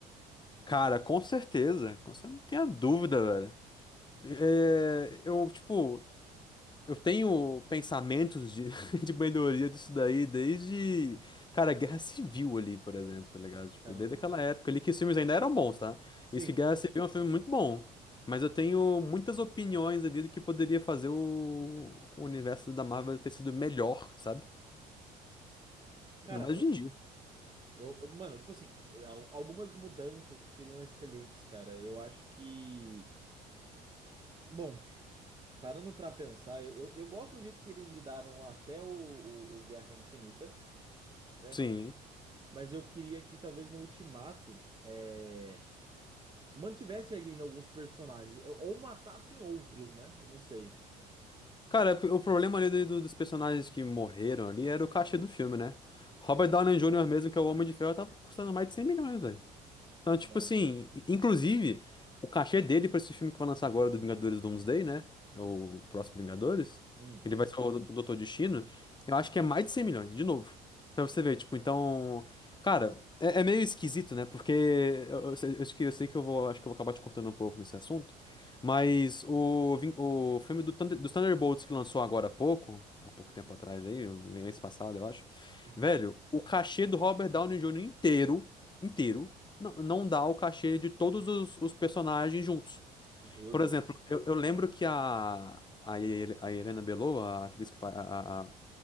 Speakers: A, on the left; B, on the right.
A: Cara, com certeza. com cer- Não tem a dúvida, velho. É, eu, tipo, eu tenho pensamentos de, <laughs> de melhoria disso daí desde, cara, Guerra Civil ali, por exemplo, tá ligado? Tipo,
B: Caramba.
A: desde aquela época ali que os filmes ainda eram bons, tá?
B: Sim.
A: Isso que Guerra Civil é um filme muito bom. Mas eu tenho muitas opiniões ali do que poderia fazer o, o universo da Marvel ter sido melhor, sabe?
B: Cara,
A: Ainda mais hoje
B: eu,
A: em dia.
B: eu, eu- mano, tipo assim, eu- al- algumas mudanças que seriam excelentes, cara. Eu acho que. bom Parando pra pensar, eu, eu, eu gosto do jeito que eles lidaram até o, o, o Guerra Infinita, né?
A: Sim.
B: Mas eu queria que talvez no Ultimato é, mantivesse ainda alguns personagens, ou matassem outros, né? Não sei.
A: Cara, o problema ali do- dos personagens que morreram ali era o cachê do filme, né? Robert Downey Jr. mesmo, que é o Homem de Ferro, tava custando mais de 100 milhões, então, tipo
B: Mano.
A: assim, i- inclusive, o cachê dele pra esse filme que vai lançar agora do Vingadores Doomsday, né? É O próximo Vingadores.
B: Hum.
A: Ele vai ser o do- Doutor Destino. Eu acho que é mais de 100 milhões, de novo. Pra você ver, tipo, então. Cara, é, é meio esquisito, né? Porque eu, eu sei, eu acho que eu sei que eu vou, acho que eu vou acabar te cortando um pouco nesse assunto. Mas o, vin- o filme do Thunder- dos Thunderbolts que lançou agora há pouco, há pouco tempo atrás aí, mês passado, eu acho.
B: Uhum.
A: Velho, o cachê do Robert Downey Jr. inteiro, inteiro. Não, não dá o cachê de todos os, os personagens juntos.
B: Meu
A: Por
B: Deus.
A: exemplo, eu, eu lembro que a, a, Hel- a Helena Belova, a atriz que faz a, a,